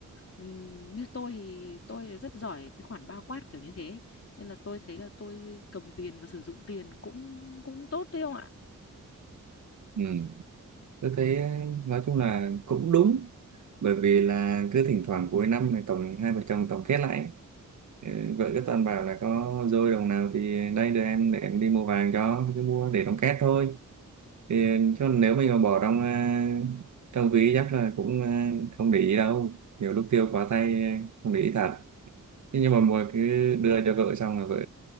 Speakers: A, on the left (about 50°); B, on the right (about 65°).
A: ừm, như tôi thì tôi rất giỏi cái khoản bao quát kiểu như thế nên là tôi thấy là tôi cầm tiền và sử dụng tiền cũng cũng tốt đấy không ạ
B: ừ, tôi thấy à, nói chung là cũng đúng bởi vì là cứ thỉnh thoảng cuối năm này tổng hai vợ chồng tổng kết lại ừ, vợ cứ toàn bảo là có dôi đồng nào thì đây đưa em để em đi mua vàng cho cứ mua để đóng két thôi thì chứ nếu mình mà bỏ trong à, trong ví chắc là cũng à, không để ý đâu nhiều lúc tiêu quá tay à, không để ý thật Thế nhưng mà mua cứ đưa cho vợ xong là vợ